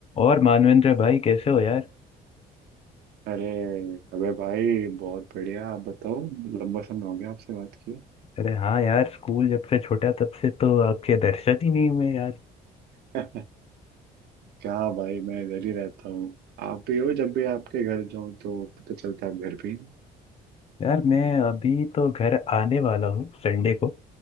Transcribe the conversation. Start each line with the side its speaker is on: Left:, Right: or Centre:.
Left: और मानवेंद्र भाई कैसे हो यार
Right: अरे अबे भाई बहुत बढ़िया आप बताओ लंबा समय हो गया आपसे बात किए
Left: अरे हाँ यार स्कूल जब से छोटा तब से तो आपके दर्शन ही नहीं हुए यार
Right: <laughs> क्या भाई मैं घर ही रहता हूँ आप भी हो जब भी आपके घर जाऊँ तो पता चलता है आप घर भी हैं।
Left: यार मैं अभी तो घर आने वाला हूँ संडे को